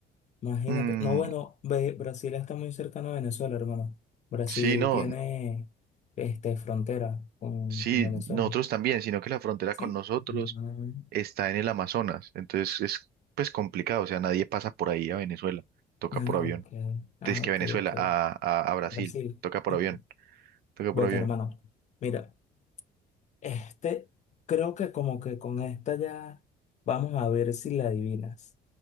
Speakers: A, on the left (about 45°); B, on the right (about 65°).
A: imagínate.
B: Mm,
A: No, bueno, ve- Brasil está muy cercano a Venezuela, hermano. Brasil
B: sí, no,
A: tiene este, frontera con,
B: Sí,
A: con Venezuela.
B: nosotros también, sino que la frontera
A: ¿Sí?
B: con nosotros
A: Mm,
B: está en el Amazonas, entonces es pues complicado, o sea, nadie pasa por ahí a Venezuela, toca
A: Ah,
B: por avión.
A: ok. Ah,
B: Es que
A: ok,
B: Venezuela
A: ok.
B: a, a, a Brasil,
A: Brasil.
B: toca por
A: <laughs>
B: avión, toca
A: Bueno,
B: por avión.
A: hermano, mira, este, creo que como que con esta ya vamos a ver si la adivinas.